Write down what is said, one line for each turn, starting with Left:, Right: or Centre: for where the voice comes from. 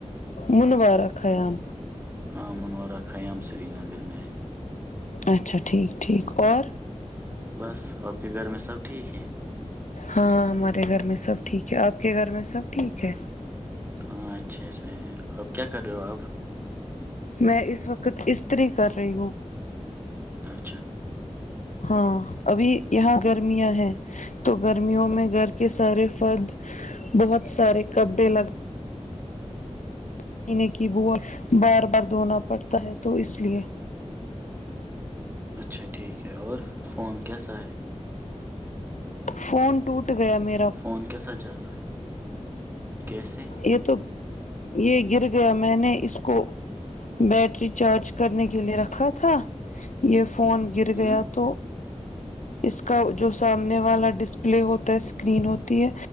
Left: منوارا خیام
Right: ہاں منوورا خیام سری نگر میں ہے
Left: اچھا ٹھیک ٹھیک اور
Right: بس آپ کے گھر میں سب ٹھیک ہیں
Left: ہاں ہمارے گھر میں سب ٹھیک ہے آپ کے گھر میں سب ٹھیک ہے
Right: ہاں اچھے سے اب کیا کر رہے ہو آپ
Left: میں اس وقت استری کر رہی ہوں
Right: اچھا
Left: ہاں ابھی یہاں
Right: ہوں
Left: گرمیاں ہیں تو گرمیوں میں گھر کے سارے فرد بہت سارے کپڑے لگا پینے کی ب بار بار دھونا پڑتا ہے تو اس لیئے
Right: اچھا ٹھیک ہے اور فون کیسا ہے
Left: فون ٹوٹ گیا ما
Right: فون کیسا چل رہا ہے کیسے
Left: یہ تو یہ گر گیا میں نے اس کو بیٹری چارج کرنے کے لے رکھا تھا یہ فون گر گیا
Right: ہوں
Left: تو اس کا جو سامنے والا ڈسپلے ہوتا ہے اسکرین ہوتی ہے